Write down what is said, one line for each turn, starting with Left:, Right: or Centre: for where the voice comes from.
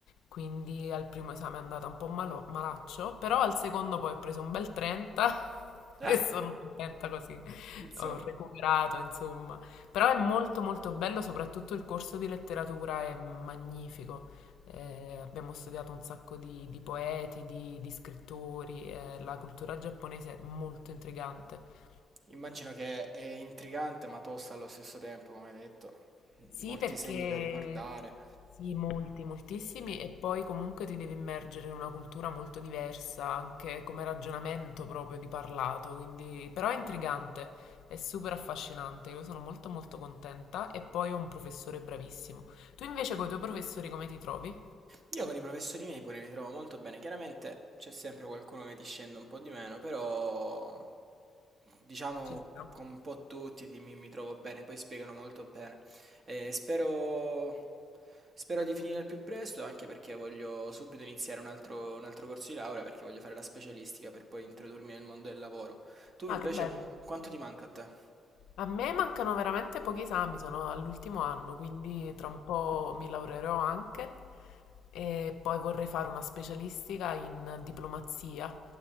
Left: quindi al primo esame è andata un po' malo- malaccio, però al secondo poi ho preso un bel 30 <laughs>
Right: Eh,
Left: e sono contenta così,
Right: insomma,
Left: ho recuperato insomma. Però è molto molto bello, soprattutto il corso di letteratura è magnifico. Eh, abbiamo studiato un sacco di, di poeti, di, di scrittori, eh, la cultura giapponese è molto intrigante.
Right: immagino che è intrigante ma tosta allo stesso tempo, come hai detto,
Left: Sì,
Right: molti
Left: perché
Right: segni da ricordare.
Left: sì, molti, moltissimi, e poi comunque ti devi immergere in una cultura molto diversa, anche come ragionamento proprio di parlato, quindi però è intrigante, è super affascinante, io sono molto molto contenta e poi ho un professore bravissimo. Tu invece con i tuoi professori come ti trovi?
Right: Io con i professori miei pure mi trovo molto bene. Chiaramente c'è sempre qualcuno che ti scende un po' di meno, però diciamo
Left: Ci sta.
Right: con un po' tutti ti- mi, mi trovo bene, poi spiegano molto bene. E spero, spero di finire al più presto, anche perché voglio subito iniziare un altro, un altro corso di laurea, perché voglio fare la specialistica per poi introdurmi nel mondo del lavoro. Tu
Left: Ah,
Right: invece,
Left: che bello.
Right: quanto ti manca a te?
Left: A me mancano veramente pochi esami, sono all'ultimo anno, quindi tra un po' mi laureerò anche e poi vorrei fare una specialistica in diplomazia.